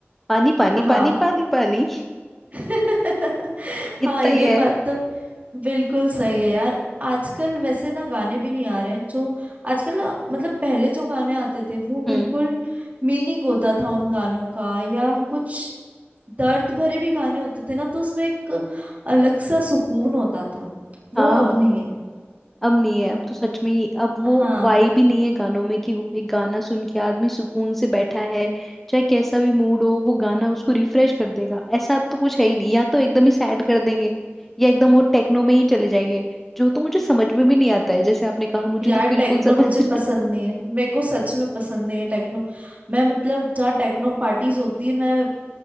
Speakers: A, in the centre; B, on the right.
A: पानी पानी
B: हाँ
A: पानी पानी पानी
B: <laughs> हाँ
A: इतना
B: ये
A: ही है
B: बात तो बिल्कुल सही है यार आजकल वैसे ना गाने भी नहीं आ रहे हैं जो आजकल ना मतलब पहले जो गाने आते थे वो
A: हम्म
B: बिल्कुल मीनिंग होता था उन गानों का या कुछ दर्द भरे भी गाने होते थे ना तो उसमें एक अलग सा सुकून होता था वो
A: हाँ
B: अब नहीं है
A: अब नहीं है अब तो सच में ही अब वो
B: हाँ
A: वाइब ही नहीं है गानों में कि वो भाई गाना सुन के आदमी सुकून से बैठा है चाहे कैसा भी मूड हो वो गाना उसको रिफ्रेश कर देगा ऐसा अब तो कुछ है ही नहीं या तो एकदम ही सैड कर देंगे या एकदम वो टेक्नो में ही चले जाएंगे जो तो मुझे समझ में भी नहीं आता है जैसे आपने कहा मुझे
B: यार
A: तो बिल्कुल
B: टेक्नो
A: समझ
B: मुझे
A: <laughs>
B: पसंद नहीं है मेरे को सच में पसंद नहीं है टेक्नो मैं मतलब जहाँ टेक्नो पार्टीज होती है मैं